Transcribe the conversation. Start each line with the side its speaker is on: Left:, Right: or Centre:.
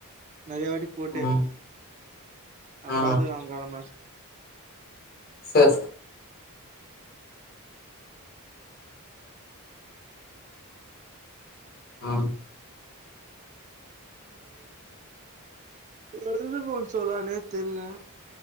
Right: நெறைய வாட்டி போட்டு
Left: ம்
Right: அப்ப
Left: ஆ
Right: பாத்துக்கோ அவங்க கடம
Left: சஸ் ஆ
Right: என்ன தெரியுமா சொல்றான்னே தெரில